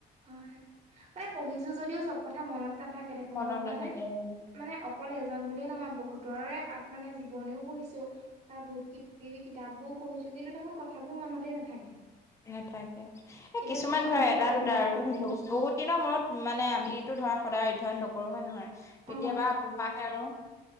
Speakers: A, on the right (about 40°); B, on the left (about 15°).
A: হয় মানে পঢ়িছো যদিও চব কথা মনত নাথাকে দেখোন
B: মনত
A: গম পোৱা
B: নাথাকে
A: নে। মানে অকল এজন বুলিয়ে নহয় বহুতৰে আত মানে জীৱনীও পঢ়িছো বা বহুত কিবা কিবি কিতাপবোৰ পঢ়িছো কিন্তু দেখোন কথাবোৰ মনতেই নাথাকে।
B: নাথাকে এ
A: এতিয়া
B: কিছুমান
A: তুমি কথাটো
B: ধৰা এটা
A: কওঁতেনে
B: দুটা
A: মনত
B: আৰু বহুত
A: পৰিছে
B: বহুত দিনৰ মূৰত মানে আমি এইটো ধৰা সদায় অধ্যয়ন নকৰোঁ হয় নহয়। কেতিয়াবা
A: অ
B: প্ৰভাসে আৰু